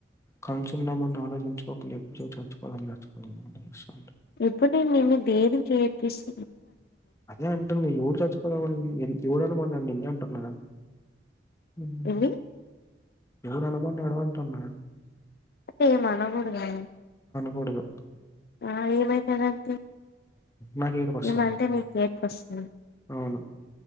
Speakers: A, on the left (about 15°); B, on the left (about 55°).
A: కలుసున్నామని ఆలోచించుకోకు ఎప్పుడు చచ్చిపోదాం చచ్ <inaudible> తెలుసు అంట
B: ఎప్పుడ్ నేను నిన్ని దేనికి ఏడ్పిస్స్
A: అదే అంటుంది ఎవరు చచ్చిపోదాం అని ఎం ఎవడున్మన్నాడు నిన్ని అంటున్నా ఊహు
B: ఏంది
A: ఎవడు అనమన్నాడు అంటున్నా?
B: ఏం అనకూడదా?
A: కూడదు.
B: ఆ ఏమైతదంటే
A: నాకు ఏడుపు వస్తది
B: ఏమంటే మీకు ఏడుపొస్సది.
A: అవును